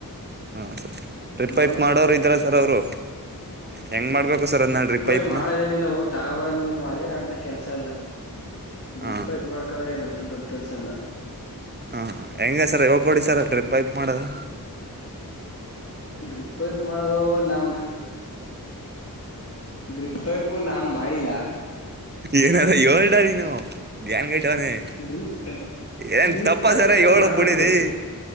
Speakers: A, on the right (about 30°); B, on the left (about 40°).
A: ಹಾ ಸರ್ ರಿಪೈಪ್
B: ನಮಗ್
A: ಮಾಡೋರು ಇದ್ರ ಸರ್ ಅವರು ಹೆಂಗ್ ಮಾಡ್ಬೇಕು ಸರ್ ಅದನ್ನ
B: ್ರೀ
A: ಡ್ರಿಪ್
B: ಪೈಪ್
A: ಪೈಪ್ನ
B: ಮಾಡದೇನಿಲ್ಲ ಹೋಗ ತಗೋ ಬರದ್ ನಿಮ ಅದೇನಂತ ಕೆಲ್ಸ ಅಲ್ಲ ಡ್ರಿಪ್ೈಪ್
A: ಹಾ
B: ಮಾಡ್ಕೊಳ್ಳದ ಏನಂತ ದೊಡ್ಡ ಕೆಲ್ಸ ಅಲ್ಲ
A: ಹಾಂ ಹೆಂಗೆ ಸರ್ ಹೇಳ್ಕೊಡಿ ಸರ್ ಟ್ರಿಪ್ೈ ಮಾಡೋದು
B: ಡ್ರಿಪ್ ವೈಪ್ ಮಾಡೋದು ನಮ ಡ್ರೈಪೈಪ್ ನಾಮ ಮಾಡಡಿಲ್ಲಾ
A: ಏನಾದ ಏಳ್ಟನು ಗ್ಯಾನ್ ಗಟ್ಟವನನೆ
B: ಡ್ರಿಪ್ ಪೈಪ್
A: ಏನ್
B: ಡ್ರಿಪ್
A: ತಪ್ಪ
B: ಪೈಪ್
A: ಸರ
B: ನಂಗ್
A: ಹೇಳಏ
B: ಮಾಡೋದ್
A: ಬಿಡಿದಿ
B: ಗೊತ್ತಿಲ್ಲ